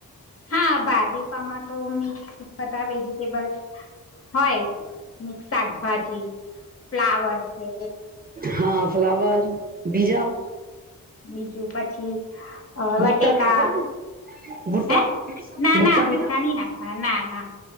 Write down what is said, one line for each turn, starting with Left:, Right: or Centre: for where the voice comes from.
Left: હા, ભાજીપામાં તો મિક્સ બધા વેજીિટેબલ્સ હોય મિક્સ શાકભાજી ફ્લાવર છે,
Right: હા ફ્લાવર બીજા <unintelligible>
Left: બીજું પછી
Right: ભુટ્ટા
Left: વટેકા
Right: નાખવાને ભુટ્ટા
Left: હે ના
Right: ભુટ્ટા
Left: ના ભૂટઠા નઈ નાખવા ના ના